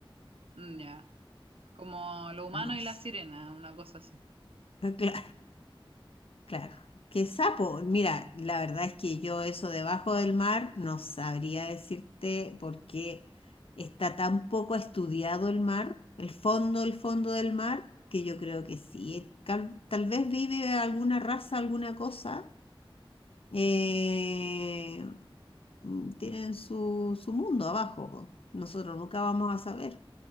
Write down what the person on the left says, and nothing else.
No
sé.
Ah, Claro, claro. ¿Qué sapo? Mira, la verdad es que yo eso debajo del mar no sabría decirte por qué está tan poco estudiado el mar, el fondo, el fondo del mar, que yo creo que sí. Tal, tal vez vive alguna raza, alguna cosa eh,
mm, tienen su, su mundo abajo, po. Nosotros nunca vamos a saber.